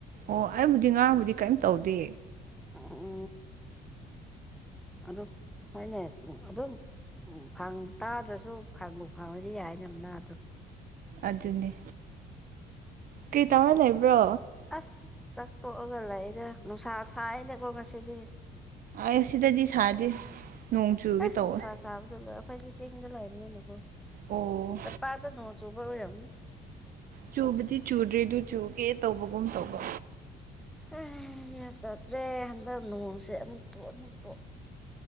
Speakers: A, on the right; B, in the centre.
A: ꯑꯣ ꯑꯩꯕꯨꯗꯤ ꯉꯥꯥꯡꯕꯨꯗꯤ ꯀꯔꯤꯝ ꯇꯧꯗꯦ
B: ꯑꯣ ꯍ ꯑꯗꯨꯣ ꯍꯅꯦ ꯑꯗꯨꯣ ꯎꯝ ꯇꯥꯗ꯭ꯔꯁꯨ ꯐꯪꯕ ꯐꯪꯉꯗꯤ ꯌꯥꯏꯗꯅꯕꯅꯗ
A: ꯑꯗꯨꯅꯦ ꯀꯩ ꯇꯧꯔ ꯂꯩꯕ꯭ꯔꯣ
B: ꯑꯁ ꯆꯥꯛꯇꯣꯛꯑꯒ ꯂꯩꯒ ꯅꯨꯡꯁꯥ ꯊꯥꯏꯅꯦꯀꯣ ꯉꯁꯤꯗꯤ
A: ꯑ ꯁꯤꯗꯗꯤ ꯁꯥꯗꯦ ꯅꯣꯡ ꯆꯨꯒꯦ
B: ꯑꯁ
A: ꯇꯧꯋꯦ
B: ꯅꯨꯡꯁꯥ ꯁꯥꯕꯗꯣ ꯂꯣꯏ ꯑꯩꯈꯣꯏꯗꯤ ꯆꯤꯡꯗ ꯂꯩꯕꯅꯤꯅꯀꯣ
A: ꯑꯣ
B: ꯆꯞꯄꯥꯗ ꯅꯣꯡ ꯆꯨꯕ ꯑꯣꯏꯔꯝꯅꯤ꯫
A: ꯆꯨꯕꯗꯤ ꯆꯨꯗ꯭ꯔꯦꯗꯨ ꯆꯨꯒꯦ ꯇꯧꯕꯒꯨꯝ ꯇꯧꯕ꯫
B: <unintelligible> ꯒ꯭ꯌꯥꯟ ꯇꯥꯗ꯭ꯔꯦ ꯍꯟꯗꯛ ꯅꯣꯡꯁꯦ ꯑꯃꯨꯛꯇꯣ ꯑꯃꯨꯛꯇꯣꯛ꯫